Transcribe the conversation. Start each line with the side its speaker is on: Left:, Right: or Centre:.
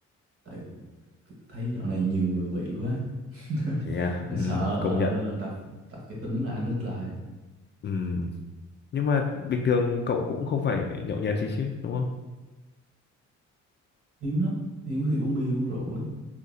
Right: tại thấy dạo này nhiều người bị quá <laughs>
Left: thế à
Right: hơi
Left: Ừm,
Right: sợ
Left: công
Right: ờ
Left: nhận
Right: nên là tập tập cái tính là ăn ít lại
Left: Ừ, nhưng mà bình thường cậu cũng không phải nhậu nhẹt gì chứ đúng không
Right: hiếm lắm hiếm khi uống bia uống rượu lắm